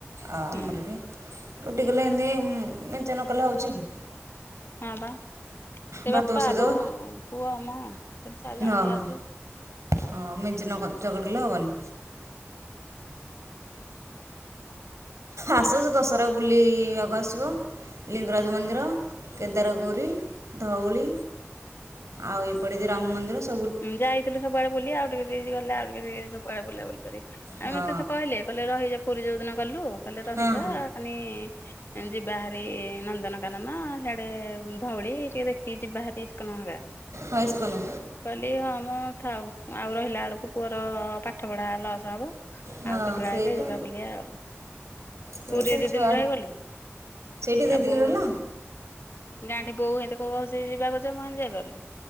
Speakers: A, on the right; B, on the left.
A: ଆଉ
B: ହୁଁ।
A: ଆମର ବି। ରୁଟି କଲେ ହେନ୍ତି ଉଁ ମେଞ୍ଚେ ନ କଲେ ହଉଚି କି?
B: ହଁ ପା। ଏ
A: ଭାତ
B: ବାପା,
A: ବସେଇଦେବ
B: ବୋଉ, ପୁଅ, ମା ସେଠି ଚାରିଜଣ
A: ହଁ ହଁ
B: ହେଇଯାଉଚୁ।
A: ହଁ ମେଞ୍ଚେ ନକ୍ ଚକଟିଲେ ହବନି। ଆସୁଚୁ ଦଶରାକୁ ବୁଲିଆକୁ ଆସିବ ଲିଙ୍ଗରାଜ ମନ୍ଦିର। କେଦାରଗୌରୀ, ଧଉଳି ଆଉ ଏପଟେ ଯୋଉ ରାମ ମନ୍ଦିର ସ
B: ଉଁ ଯାଇଥିଲୁ ସବୁବେଳେ ଆଡ଼େ ବୁଲି ଆଉ ଟିକେ ଟିକେ ଗଲେ ଆଉ ରି କେତେ ସବୁ ଆଡେ ବୁଲାବୁଲି କରି
A: ହଁ
B: ଏ ମତେ ତ କହିଲେ କହିଲେ ରହିଯା ପୁରୀ ଯୋଉଦିନ ଗଲୁ କହିଲେ ରହିଯା।
A: ହଁ ହଁ
B: ଏଖାନି ଯିବାହାରି ନନ୍ଦନକାନନ ସିଆଡେ ଧଉଳି ଟିକେ ଦେଖିକି ଯିବାହାରି ଇସ୍କନ ହେକା।
A: ଫାଇସ୍ କୁନୁ
B: ଲେ ଆମ ଥାଉ ଆଉ ରହିଲା ବେଳକୁ ପୁଅର ପାଠପଢ଼ା ଲସ୍ ହବ।
A: ହଁ
B: ଆଉ କେତେବେଳେ
A: ସେଇ
B: ଆଇଲେ
A: ତ
B: ଯିବା ବୁଲିବା ଆଉ।
A: ସେଇ
B: ପୁରୀ
A: ତ
B: ରେ ଦି
A: ଛୁଆ
B: ଦିନ ରହିଗଲୁ।
A: ସେଇଠି ଦୁଇ
B: ଆଉ
A: ଦିନ
B: ବୋଉ
A: ରହିଲ
B: ଗାଁ ଠି ବୋଉ ହେନ୍ତି କ କହୁଚି ଯିବାକୁ ଯେ ମୁଁ ହେଁନ୍ତି ଯାଇ ପାରୁନି।